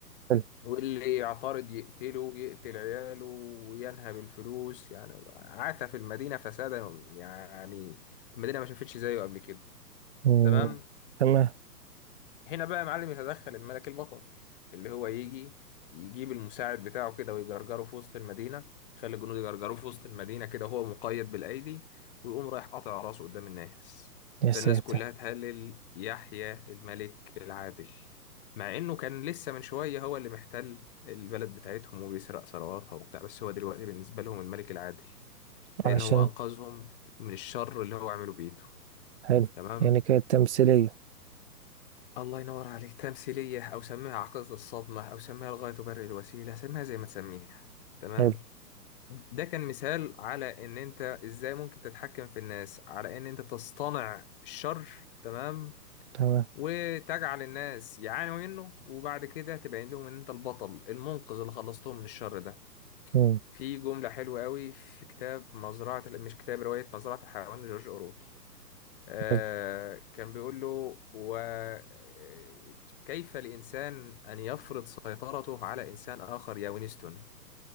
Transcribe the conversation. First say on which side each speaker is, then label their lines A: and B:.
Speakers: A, on the right; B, on the left.
A: حلو
B: واللي يعترض يقتله يقتل عياله وينهب الفلوس يعني عاث في المدينة فسادا يعني المدينة ما شافتش زيه قبل كده
A: مم.
B: تمام
A: تمام
B: هنا بقى يا معلم يتدخل الملك البطل اللي هو يجي يجيب المساعد بتاعه كده ويجرجره في وسط المدينة يخلي الجنود يجرجروه في وسط المدينة كده وهو مقيد بالأيدي ويقوم رايح قاطع راسه قدام الناس
A: يا
B: فالناس
A: ساتر
B: كلها تهلل يحيى الملك العادل مع إنه كان لسه من شوية هو اللي محتل البلد بتاعتهم وبيسرق ثرواتها وبتاع بس هو دلوقتي بالنسبة لهم الملك العادل لأن
A: عشان
B: هو أنقذهم من الشر اللي هو عمله بإيده
A: حلو
B: تمام
A: يعني كانت تمثيلية
B: الله ينور عليك تمثيلية أو سميها عقدة الصدمة أو سميها الغاية تبرر الوسيلة سميها زي ما تسميها تمام
A: حلو
B: ده كان مثال على إن أنت إزاي ممكن تتحكم في الناس على إن أنت تصطنع الشر تمام
A: تمام
B: وتجعل الناس يعانوا منه وبعد كده تبين لهم إن أنت البطل المنقذ اللي خلصتهم من الشر ده
A: مم.
B: في جملة حلوة قوي في كتاب مزرعة مش كتاب رواية مزرعة الحيوان لجورج أورويل آه،
A: حلو
B: كان بيقول له وكيف الإنسان أن يفرض سيطرته على إنسان آخر يا وينستون